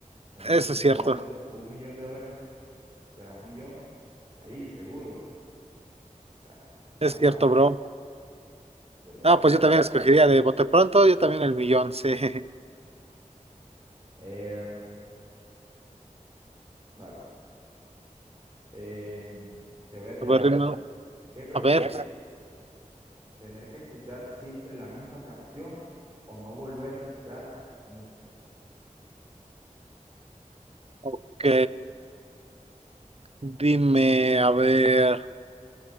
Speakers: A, on the right (about 30°); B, on the right (about 50°).
A: En cambio,
B: Eso
A: te
B: es
A: están
B: cierto,
A: dando un millón de dólares, o sea, un millón ahí, seguro. O sea, está
B: es
A: fácil.
B: cierto, bro.
A: Pero vale,
B: Ah, pues
A: vale.
B: yo también escogería de bote pronto, yo también el millón, sí. <laughs>
A: Eh, vale. Eh, te voy a tirar
B: A ver,
A: una.
B: dime,
A: ¿Qué prefieres?
B: a ver,
A: ¿Tener que escuchar siempre la misma canción o no volver a escuchar música?
B: ok, dime, a ver.